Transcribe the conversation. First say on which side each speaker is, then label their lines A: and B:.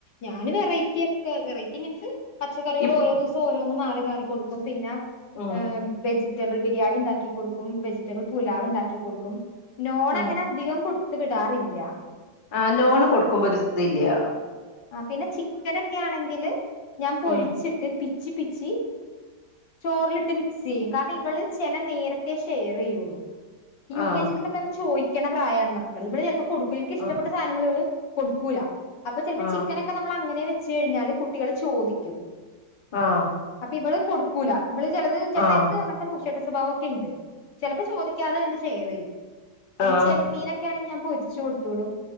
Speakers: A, on the left; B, on the left.
A: ഞാന് വെറൈറ്റി <unintelligible> വെറൈറ്റിമീൻസ് പച്ചക്കറികളോരോ
B: ഇപ്
A: ദിവസം ഓരോന്നും മാറിമാറി കൊടുക്കുംപിന്നെ
B: ഉം
A: ഹെ വെജിറ്റബിൾ ബി രിയാണിണ്ടാക്കി കൊടുക്കും ബിരിയാണി ണ്ടാക്കി കൊടുക്കും വെജിറ്റബിൾ പുലാവ്ഉണ്ടാക്കി കൊടുക്കും നോൺങ്ങനെ
B: ഉം
A: അധികം കൊടു ത്ത് വിടാറില്ല
B: ആഹ നോണ്കൊടുക്കുമ്പോരു ഇതില്ല്യ
A: ആഹ് പിന്നെ ചിക്കനൊക്കെആണങ്കില് ഞാൻപൊരിച്ചിട്ട്
B: ഉം
A: പി പിച്ചിപിച്ചി ചോറി മിക്സ്സെയ്യും കാരണം ഇവള് ചിലനേരത്തെേ ഷെയെറെയ്യു യു
B: ആഹ്
A: കെ ജി നിക്കുമ്പോമ്മക്ക് ചോയ് <unintelligible> പ്രായാണ് മക്കള് ഇവള് ചിലപ്പോകൊടുക്കും ൻക്ക് ഇഷ്ടപ്പെട്ട
B: ആഹ്
A: സാനങ്ങള് വള്കൊടുക്കൂല അപ്പൊചൽ
B: ആഹ്
A: ചിക്കനൊക്കെമ്മളാങ്ങനെ വെച്ച്ഴിഞ്ഞാല് കുട്ടികള് ചോദിക്കും
B: ആഹ് ആഹ്
A: അപ്പിവള് കൊടുക്കൂല ഇവിള്ചെലത് ചെലെനേരത്ത്
B: ആഹ്
A: അങ്ങൻത്തെ മൂഷയട്ടസ്വഭാവംക്കെണ്ട് ചിലപ്പോ ചോദിക്കാതെന്നെ ഷെയറെയും പിന്നെ
B: ആഹ്
A: ചെമ്മീനൊക്കെണെങ്കിൽ ഞാൻ പൊരിച്ചുകൊടുത്തൂടും